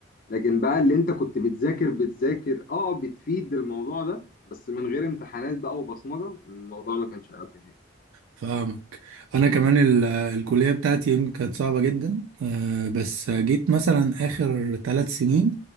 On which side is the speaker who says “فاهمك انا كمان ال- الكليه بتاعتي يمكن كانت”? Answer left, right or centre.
Right